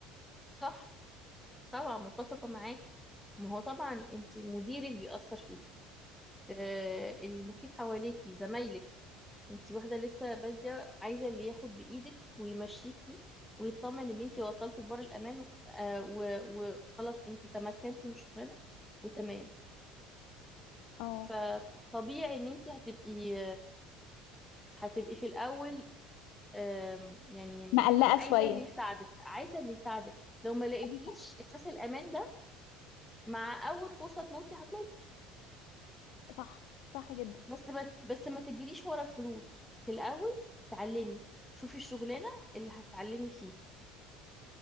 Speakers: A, in the centre; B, on the left.
A: صح طبعا متفقه معاكي ما هو طبعا انت مديرك بيأثر فيكي آه، المحيط حواليكي زمايلك انت واحدة لسه بادية عايزة اللي ياخد بإيدك ويمشيكي ويطمن ان انت وصلتي لبر الأمان آه، و- وخلاص انت تمكنتي من شغلنا وتمام
B: اه
A: فطبيعي ان انت هتبقي هتبقي في الأول آم، يعني
B: مقلقة
A: عايزة
B: شوية
A: اللي يساعدك عايزة اللي يساعدك لو ما لقيتيش
B: دي
A: إحساس الأمان ده مع أول فرصة تنطي هتنطي
B: حاجة. صح صح جدا
A: بس ما- بس ما تجريش ورا الفلوس في الأول اتعلمي شوفي الشغلانة اللي هتتعلمي فيها